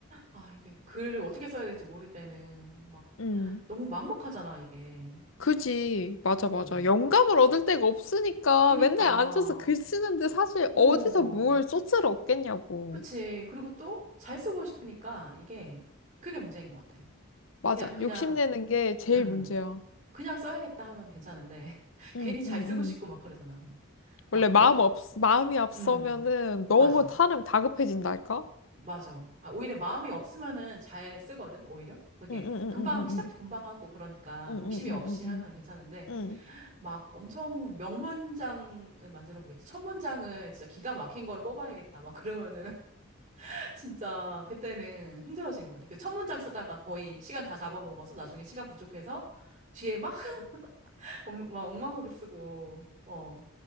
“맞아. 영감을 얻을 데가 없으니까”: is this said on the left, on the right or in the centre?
Left